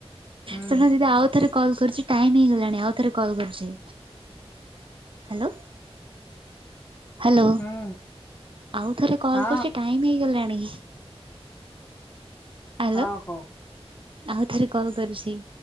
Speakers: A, on the left (about 20°); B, on the right (about 55°).
A: ହୁଁ
B: ଶୁଣ ଦିଦି ଆଉ ଥରେ। କରୁଛି ଟାଇ ହେଇଗଲାଣି ଆଉ ଥରେ କଲ୍ କରୁଛି ହାଲୋ। ହାଲୋ
A: ହୁଁ
B: ଆଉ ଥରେ କଲ୍
A: ହଁ।
B: କରୁଛି ଟାଇମ ହେଇଗଲାଣି। ହାଲୋ
A: ହଉ ହଉ।
B: ଆଉ ଥରେ କଲ୍ କରୁଛି।